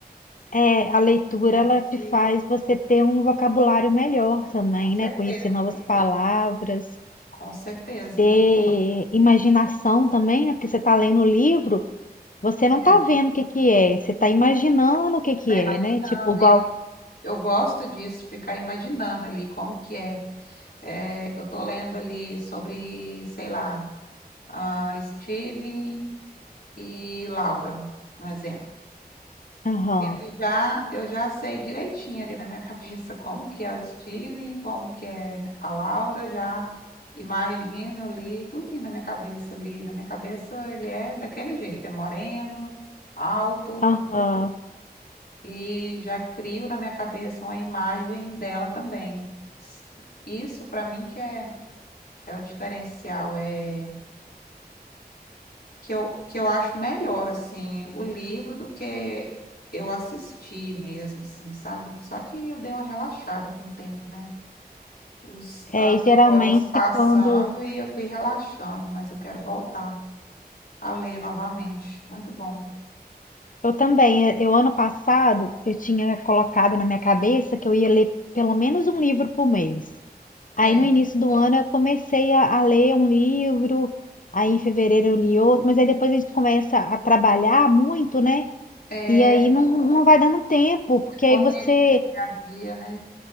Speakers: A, on the left (about 55°); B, on the left (about 70°).
A: é, a leitura
B: Só
A: ela te
B: que,
A: faz você ter um vocabulário melhor também,
B: Com
A: né?
B: certeza.
A: Conhecer novas palavras,
B: Com certeza.
A: ter imaginação também, né? Porque você está lendo o livro, você não
B: É,
A: está
B: você
A: vendo o que que é, você está imaginando o que
B: está
A: que
B: imaginando.
A: é, né? Tipo, igual.
B: E eu, eu gosto disso, ficar imaginando ali como que é. É, eu tô lendo ali sobre, sei lá, a Steven e Laura, um exemplo.
A: Aham,
B: Eu já, eu já sei direitinho ali na minha <laughs> cabeça como que é o Steven, como que é a Laura, já imagino ali, tudinho na minha cabeça ali. Na minha cabeça ele é daquele jeito, é moreno, alto,
A: aham.
B: e já crio na minha cabeça uma imagem dela também. Isso para mim que é, é o diferencial, é que eu, que eu acho melhor, assim, o livro do que eu assisti mesmo, assim, sabe? Só que eu dei uma relaxada com o tempo, né? Os
A: É,
B: anos
A: e geralmente
B: foram se passando
A: quando.
B: e eu fui relaxando, mas eu quero voltar a ler novamente. Muito bom.
A: Eu também, é, eu ano passado, eu tinha colocado na minha cabeça que eu ia ler pelo menos um livro por mês. Aí
B: É,
A: no início do ano eu comecei a, a ler um livro, aí em fevereiro eu li outro, mas aí depois a gente começa a trabalhar muito, né?
B: é
A: E aí não, não vai dando tempo, porque
B: é correria
A: aí você,
B: do dia a dia, né?